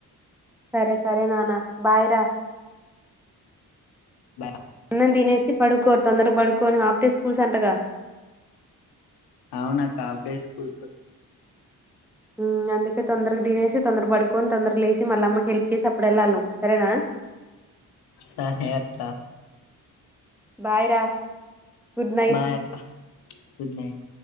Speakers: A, in the centre; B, on the left.
A: సరే సరే నానా బాయ్ రా.
B: బాయ్
A: అన్నం తినేసి పడుకో తొందరగా పడుకోని హాఫ్ డే స్కూల్స్ అంటగా.
B: అవునక్క హాఫ్ డే స్కూల్స్.
A: ఉమ్ అందుకే తొందరగా తినేసి, తొందర పడుకొని, తొందర లేసి మళ్ళ అమ్మకి హెల్ప్ చేసి అప్పుడు వెళ్ళాలి నువ్వు సరేనా.
B: సరే అక్క
A: బాయ్ రా గుడ్ నైట్
B: బాయ్ అక్క గుడ్ నైట్.